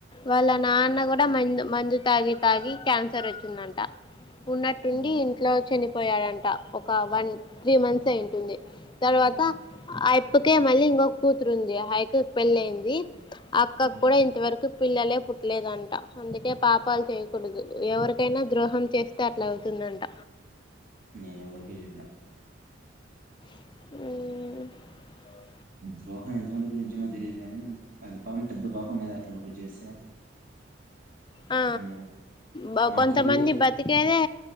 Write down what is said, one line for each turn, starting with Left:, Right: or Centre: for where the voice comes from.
Left: వాళ్ళ నాన్న కూడా మంజం మందు తాగి తాగి క్యాన్సర్ వచ్చిందంట ఉన్నట్టుండి
Right: హ్మ్
Left: ఇంట్లో చనిపో పోయాడంట ఒక వన్ త్రీ మంత్స్ అయింటుంది తర్వాత అయిప్పకే మళ్ళీ ఇంకొక కూతురుంది అయాక పెళ్ళ అయింది అక్క
Right: హ్మ్
Left: కూడా ఇంతవరకు పిల్లలే పుట్టలేదంట అందుకే పాపాలు చేయకూడదు ఎవరికైనా ద్రోహం చేస్తే అట్లా అవుతుందంట
Right: నేను వర్జి జి నా
Left: హు
Right: ద్రోహం ఎంతవరకు నిజమో తెలీయదు కానీ అది పాపం పెద్ద పాపం కదా అట్లా పొయి చేస్తే
Left: ఆ
Right: మా
Left: బ
Right: మా
Left: కొంతమంది
Right: అక్కకి
Left: బతికేదే